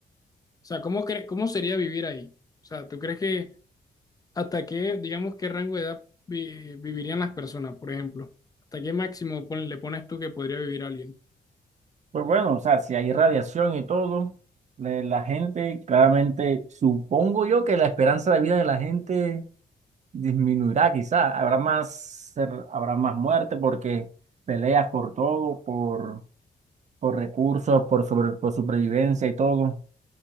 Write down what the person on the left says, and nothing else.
sea, ¿cómo cre- cómo sería vivir ahí? O sea, ¿tú crees que hasta qué, digamos, qué rango de edad vi- vivirían las personas, por ejemplo? ¿Hasta qué máximo pon- le pones tú que podría vivir alguien?